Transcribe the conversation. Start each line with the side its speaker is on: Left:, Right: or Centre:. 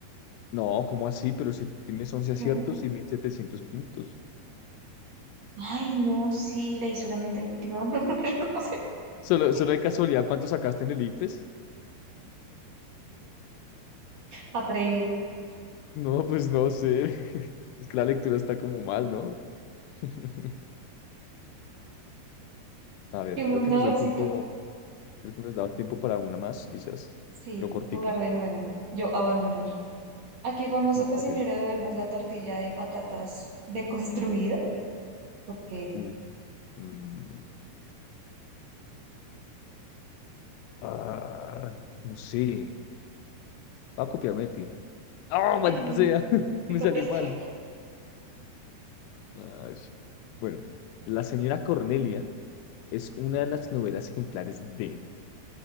Left: No, ¿cómo así? Pero si tienes once aciertos
Right: Claro.
Left: y 1700 puntos.
Right: Ay, no, sí, leí solamente el último <laughs> número. No sé por
Left: Solo,
Right: qué.
Left: solo de casualidad, ¿cuánto sacaste en el ICFES?
Right: Atrevido.
Left: No, pues no sé. Es que la lectura está como mal, ¿no? <laughs> A ver,
Right: Qué montadorcito.
Left: creo que nos da el tiempo, creo que nos da tiempo para una más, quizás,
Right: Sí,
Left: pero cortica.
Right: jugar de nuevo. Yo abandoné. ¿A qué famoso
Left: Mm,
Right: cocinero
Left: Ok.
Right: debemos la tortilla de patatas deconstruida? Ok.
Left: Uh, mm, ah, no sé. Va a copiarme de ti. ¡Oh,
Right: <laughs>
Left: maldita sea! <laughs>
Right: ¿Te
Left: Me
Right: copiaste?
Left: salió mal. Ay. Bueno, La señora Cornelia es una de las novelas ejemplares de